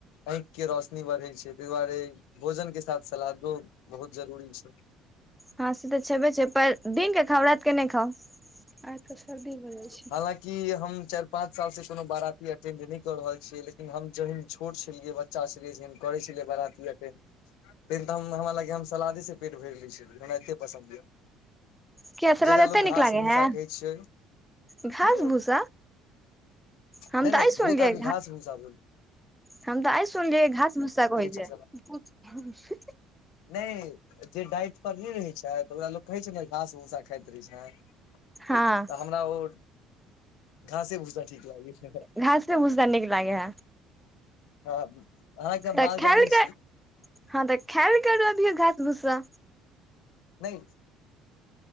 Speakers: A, on the left (about 85°); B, in the centre.
A: आँखि के रोशनी बढ़े छै, ताहि दुआरे भोजन के साथ सलादो बहुत जरूरी छै।
B: हँं, से तऽ छेबे छै, पर दिनक के खाउ रातके नहि खाउ आ सर्दी हो जाइ छै।
A: हालकि हम चारि पाँंच साल सँ कोनो बरा ऐटेनड नहि कऽ रहल छियै लेकिन हम जहन छोट छलियै बच्चा छलै जे करे छलै बारती तय टाइमे हमरा लागैये हम सलादे सँ पेट भरि लै छलियै हमरा एतेक पसन्द यए
B: किया सलाद
A: जेकरा
B: एते
A: लोक
B: नीक
A: घास
B: लागे
A: भूसा
B: है
A: कहे छै।
B: घास
A: हू,
B: भूसा हम
A: नहि, नहि
B: तऽ आइ सुनलियै
A: बहुत आदमी घास भुसा
B: हम तऽ आइ सुनलियै घास भूसा कहैत
A: छै सलाद
B: छै
A: नहि जे डाइट पर नहि रहे छै तऽ ओरा लोक कहै छै ने घास भूसा खाइत रहै छै।
B: हँ
A: त हमरा ओ घासे भुसा ठीक लागै छै
B: घास भुसा नीक लागे है
A: अहाँके हम
B: तऽ
A: माल जाल
B: ख
A: नहि छी
B: हँ तऽ खायलभिय घा सा
A: नहि